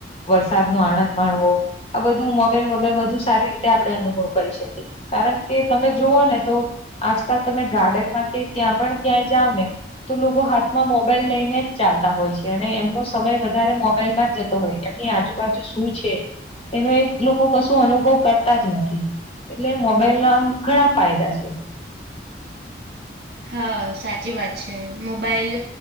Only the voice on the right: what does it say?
હા સાચી વાત છે મોબાઈલ